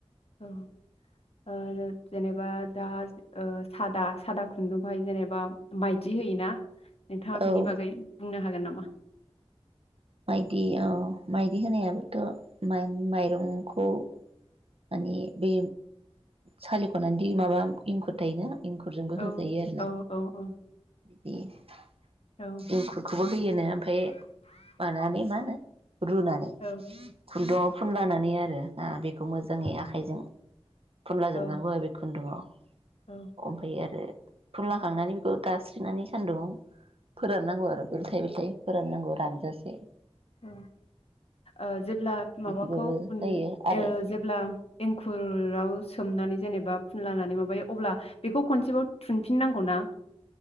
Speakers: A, on the left; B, on the right.
A: औ ओ जे-जेनेबा दा ओ सादा-सादा खुन्दुंखौहाय जेनेबा मायदि होयोना नोंथाङा
B: औ
A: बिनिबागै बुंनो हागोन नामा?
B: माइदि अ माइदि होनायाबोथ मायन माइरंखौ माने बे सालिखनानैदि माबा इंखुर थायोना। इंखुरजोंबो
A: औ
B: होजायो आरोना।
A: औ औ औ
B: <unintelligible>
A: औ
B: एंखुरखौबो होयोनो ओमफाय मानानै माहोनो। रुनानै।
A: औ
B: खुन्दुङाव फुनलानानैआरो ना बेखौ मोज जोंनि आखायजों फुनला
A: औ
B: जोबनांगौआरो खुन्दुङाव।
A: औ
B: अमफाय आरो फुनलाखांनानै बेखौ दास्रिनानै सान्दुंङाव फोराननांगौ आरो बेलथाय बेलथाय। फोराननांगौ रानजासे।
A: औ ओह जेब्ला
B: बिदिबाबो
A: माबाखौ फुन
B: जायो आरो
A: ओह जेब्ला एंखुरआव सोमनानै जेनेबा फुनलानानै माबायो अब्ला बेखौ खनसेबाव थुनफिननांगौना?